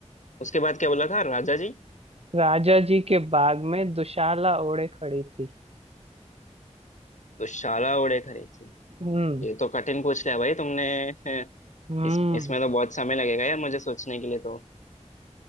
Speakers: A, on the left; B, on the right.
A: उसके बाद क्या बोला था राजा जी
B: राजा जी के बाग में दुशाला ओढ़े खड़ी थी
A: दुशाला ओढ़े खड़ी थी
B: हम्म
A: ये तो कठिन पूछ लिया भाई तुमने <laughs> हैं,
B: हम्म
A: इस इसमें तो बहुत समय लगेगा यार मुझे सोचने के लिए तो आ,